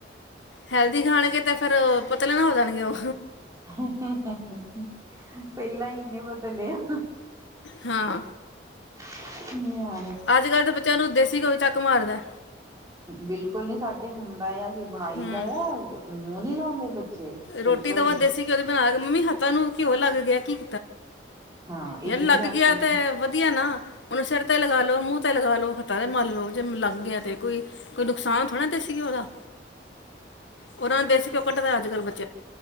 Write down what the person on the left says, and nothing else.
ਹੈਲਦੀ ਖਾਣਗੇ ਤੇ ਫਿਰ ਪਤਲੇ ਨਾ ਹੋ ਜਾਣਗੇ ਔ।
ਹਾਂ।
ਅੱਜ ਕੱਲ੍ਹ ਦੇ ਬੱਚਿਆਂ ਨੂੰ ਦੇਸੀ ਘਿਉ ਚੱਕ ਮਾਰਦਾ।
ਹੂੰ
ਰੋਟੀ
ਦਵਾ
ਦੇਸੀ ਘਿਓ ਉਹਦੀ ਬਣਾ ਮੰਮੀ ਹੱਥਾਂ ਨੂੰ। ਘਿਉ ਲੱਗ ਗਿਆ ਕੀ?
ਯਾਰ
ਲੱਗ
ਗਿਆ ਤੇ
ਵਧੀਆ ਨਾ ਉਹਨੂੰ। ਸਿਰ ਤੇ ਲਗਾ ਲੋ ਮੂੰਹ ਤੇ ਲਗਾ ਲੋ ਹੱਥਾਂ ਤੇ ਮੰਲ ਲਓ। ਜੇ ਲੰਘ ਗਿਆ ਤੇ ਕੋਈ ਕੋਈ ਨੁਕਸਾਨ ਥੋੜਾ ਨਾ ਦੇਸੀ ਘਿਓ ਦਾ, ਉਹਨਾਂ ਨਾਲ ਦੇਸੀ ਘਿਓ ਕਟਦਾ ਅੱਜ ਕੱਲ੍ਹ ਬੱਚਾ